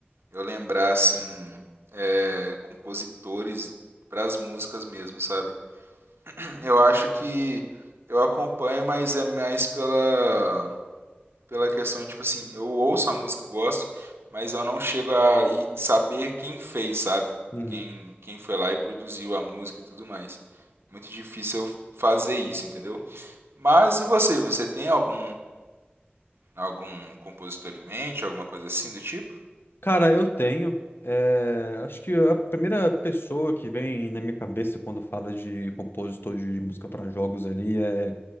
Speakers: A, on the right; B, on the left.
A: eu lembrar, assim, é, compositores pras músicas mesmo, sabe? Eu acho que eu acompanho, mas é mais pela, pela questão, tipo assim, eu ouço a música, eu gosto, mas eu não chego a ir saber quem fez, sabe?
B: Uhum.
A: Quem, quem foi lá e produziu a música e tudo mais. Muito difícil eu fazer isso, entendeu? Mas e você? Você tem algum Algum compositor em mente, alguma coisa assim do tipo?
B: Cara, eu tenho. eh, acho que a primeira pessoa que vem na minha cabeça quando fala de compositor de música para jogos ali é